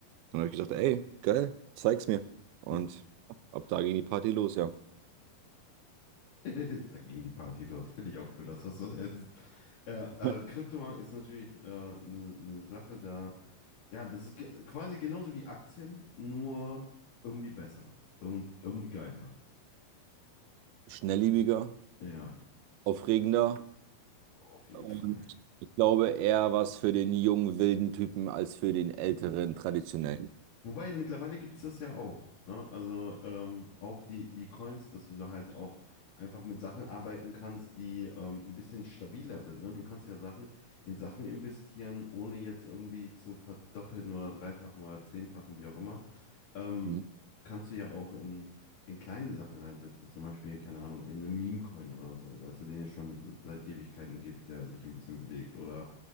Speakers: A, on the right (about 85°); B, on the left (about 65°).
A: Dann habe ich gesagt, ey, geil, zeig's mir. Und
B: Mhm.
A: ab da ging die Party los, ja.
B: <laughs> Da ging die Party los. Finde ich auch cool, dass das so ist. Äh, äh,
A: <laughs>
B: Kryptomarkt ist natürlich äh, eine Sache da. Ja, das ist ge- quasi genauso wie Aktien, nur irgendwie besser. Irgend, irgendwie geiler.
A: Schnellliebiger,
B: Ja,
A: aufregender.
B: auf jeden
A: Und
B: Fall.
A: ich glaube, eher was für den jungen, wilden Typen als für den älteren, traditionellen.
B: Wobei mittlerweile gibt es das ja auch. Ne? Also ähm, auch die, die Coins, dass du da halt auch einfach mit Sachen arbeiten kannst, die ähm, ein bisschen stabiler sind. Ne? Du kannst ja Sachen in Sachen investieren, ohne jetzt irgendwie zu verdoppeln oder dreifachen oder zehnfachen, wie auch immer. ähm,
A: Mhm.
B: kannst du ja auch in, in kleine Sachen reinsetzen. Zum Beispiel, keine Ahnung, in einen Meme-Coin oder so, weißt du, den es schon seit Ewigkeiten gibt, der sich ein bisschen bewegt. Oder